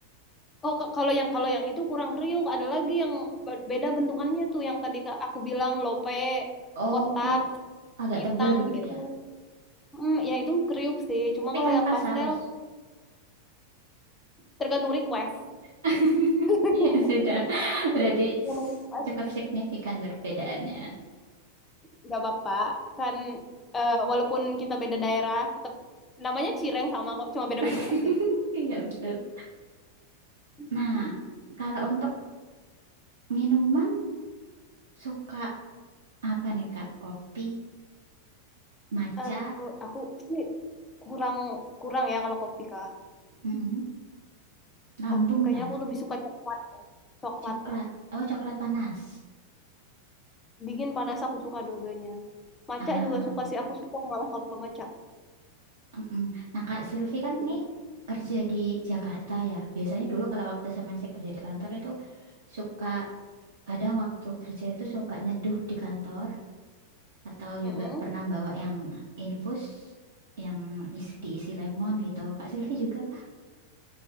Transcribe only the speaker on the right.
Oh,
agak
tebel gitu
ya.
Tapi
tanpa
saus.
<laughs>
Iya, sudah. Berarti
cukup signifikan perbedaannya.
<laughs>
Iya, betul.
Nah, kalau untuk minuman suka apa nih, Kak? Kopi, matcha,
mm lambung
ya,
coklat.
Oh, coklat panas.
Ah.
Mm-mm. Nah, Kak Silvi kan
nih kerja di Jakarta ya. Biasanya dulu kalau waktu saya masih kerja di kantor itu suka kadang waktu kerja itu suka nyeduh di kantor atau
juga pernah bawa yang infus yang isi diisi lemon gitu. Kak Silvi juga kah?